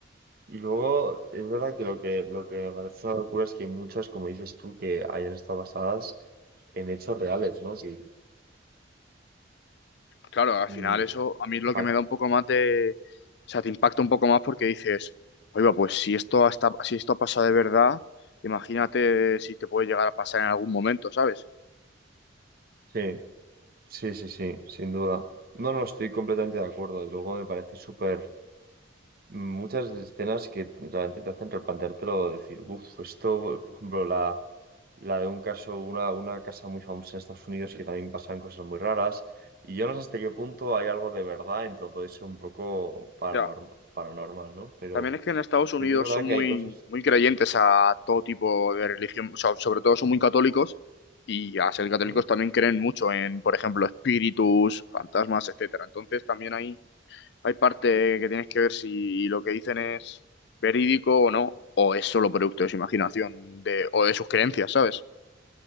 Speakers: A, on the right; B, on the left.
A: Y luego, es verdad que lo que, lo que me parece una locura es que hay muchas, como dices tú, que hayan estado basadas en hechos reales, ¿no? Sí,
B: Claro, al
A: Mm,
B: final eso a mí es lo
A: pa-
B: que me da un poco más de... O sea, te impacta un poco más porque dices, oiga, pues si esto, hasta, si esto ha pasado de verdad, imagínate si te puede llegar a pasar en algún momento, ¿sabes?
A: sí, sí, sí, sí, sin duda. No, no, estoy completamente de acuerdo. Y luego me parece súper... Muchas escenas que realmente te hacen replanteártelo, decir, uff, esto, por ejemplo, la, la de un caso, una, una casa muy famosa en Estados Unidos que también pasan cosas muy raras. Y yo no sé hasta qué punto hay algo de verdad en todo eso un poco paranorm-
B: Ya.
A: paranormal, ¿no? Pero,
B: También es que en Estados
A: pero
B: Unidos
A: es verdad
B: son muy,
A: que hay cosas.
B: muy creyentes a todo tipo de religión, o sea, sobre todo son muy católicos y a ser católicos
A: ¿Mm?
B: también creen mucho en, por ejemplo, espíritus, fantasmas, etcétera. Entonces también hay Hay parte que tienes que ver si lo que dicen es verídico o no, o es solo producto de su imaginación de, o de sus creencias, ¿sabes?